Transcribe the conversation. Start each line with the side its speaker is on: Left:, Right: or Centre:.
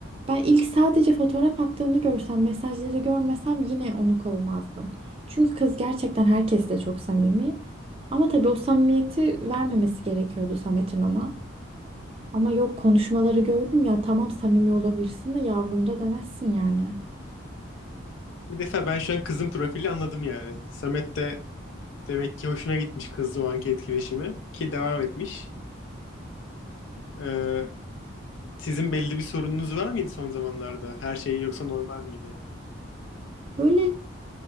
Right: ben ilk sadece fotoğraf attığını görsem, mesajları görmesem yine onu kovmazdım. Çünkü kız gerçekten herkesle çok samimi. Ama tabii o samimiyeti vermemesi gerekiyordu Samet'in ona. Ama yok konuşmaları gördüm ya tamam samimi olabilirsin de yavrum da demezsin yani.
Left: Bir defa ben şu an kızın profili anladım yani. Samet de demek ki hoşuna gitmiş kızla o anki etkileşimi ki devam etmiş. Ee, sizin belli bir sorununuz var mıydı son zamanlarda? Her şey yoksa normal miydi?
Right: Böyle